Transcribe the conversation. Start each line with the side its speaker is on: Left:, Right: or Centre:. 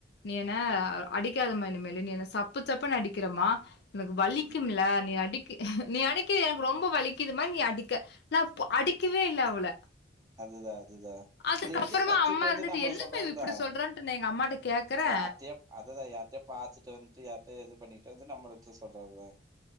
Left: நீ என்னஅடிக்காதமா இனிமேலு நீ என்ன சப்பு சப்புன்னு அடிக்கிறமா எனக்கு வலிக்கும்ல நீ அடி நீ அடிக்கது எனக்கு ரொம்ப வலிக்குது மா நீ அடிக்க நா அடிக்கவே இல்ல அவள
Right: அதுதா அதுதா
Left: அதுக்கப்புறமா
Right: இது எங்கயோ கத்துட்
Left: அம்மா
Right: வந்து
Left: இருந்துட்டு
Right: நம்ள
Left: என்னம்மா
Right: சொல்றத்தா
Left: இவ இப்டி சொல்றான்ட்டு நா எங்க அம்மாட்ட கேக்குறே
Right: யார்ட்டியோ அததா யார்ட்டியோ பாத்துட்டு வன்ட்டு யார்ட்டியோ இது பண்ணிட்டு வந்து நம்மள்ட்ட சொல்றதுதா